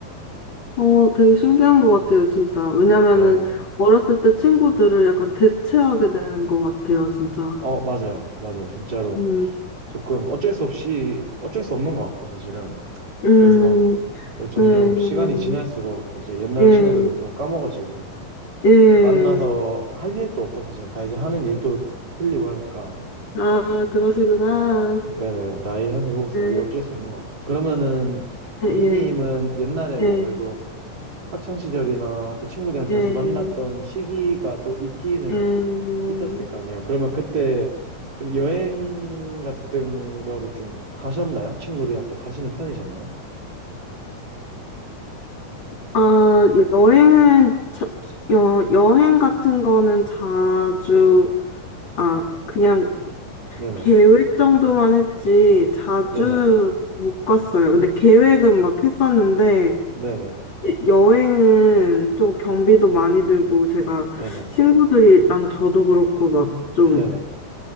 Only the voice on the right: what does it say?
네네.
어, 맞아요. 맞아요. 진짜로.
조금 어쩔 수 없이, 어쩔 수 없는 것 같고, 사실은.
그래서 점점
시간이 지날수록 이제 옛날
친구들은 좀 까먹어지고
이제 만나서 할 일도 없고 사실은 다 이제 하는 일도 틀리고 하니까
네네 나이 한 살 먹을수록
이거 어쩔 수 없는 것 같고 그러면은
삐님은 옛날에 뭐
그래도 학창 시절이나 또 친구들이랑 자주
만났던 시기가 또 있기는
있었을 거 아니에요 그러면 그때 좀 여행 같은 거를 좀 가셨나요? 친구들이랑 또 가시는 편이셨나요?
네네
네네
네네
네네
네네